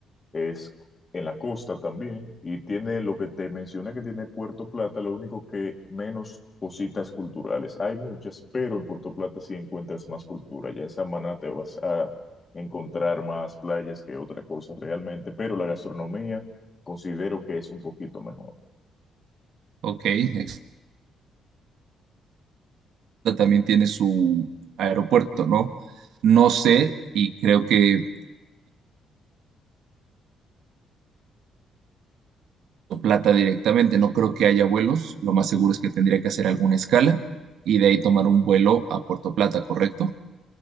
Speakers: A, on the left; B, on the right.
A: es en la costa también, y tiene lo que te mencioné que tiene Puerto Plata, lo único que menos cositas culturales. Hay muchas, pero en Puerto Plata sí encuentras más cultura. Ya en Samaná te vas a encontrar más playas que otra cosa realmente, pero la gastronomía considero que es un poquito mejor.
B: ok. ex- También tiene su aeropuerto, ¿no? No sé y creo que plata directamente. No creo que haya vuelos. Lo más seguro es que tendría que hacer alguna escala y de ahí tomar un vuelo a Puerto Plata, ¿correcto?